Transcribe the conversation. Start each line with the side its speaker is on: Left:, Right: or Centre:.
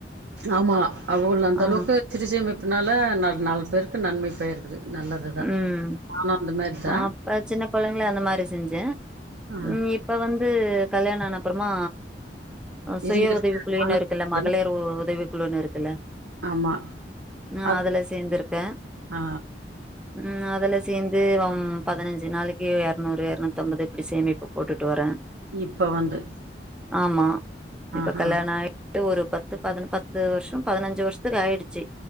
Right: ஆமா அவ்ளோ அந்த
Centre: ஆ
Right: அளவுக்கு சிறுசேமிப்புனால நா நாலு நாலு பேருக்கு நன்மைப் போயிருக்கு அது நல்லதுதா
Centre: ம்
Right: நானு அந்த மேரி தா
Centre: அப்ப சின்ன கொழந்தைல அந்த மாரி செஞ்சேன்
Right: ஆ
Centre: ம் இப்ப வந்து கல்யாண ஆன அப்பறமா அ சுய
Right: இருங்க இருங்க
Centre: உதவி குழுவினர்
Right: நானு
Centre: இருக்குல்ல
Right: சொல்றே
Centre: இல்ல மகளிர் உதவிக்குள்ளன்னு இருக்குல்ல
Right: ஆமா
Centre: நா
Right: அது
Centre: அதுல சேர்ந்திருக்க
Right: ஆ
Centre: ம் அதுல்ல சேந்து வம் பதினஞ்சு நாளிக்கு இரநூறு இரநூத்தி அம்பது இப்டி சேமிப்பு போட்டுட்டு வர
Right: இப்ப வந்து
Centre: ஆமா இப்ப
Right: ஆஹா
Centre: கல்யாண ஆய் ஒரு பத்து ப பதி பத்து வருஷ பதினஞ்சு வருஷத்துக்கு ஆயிடுச்சு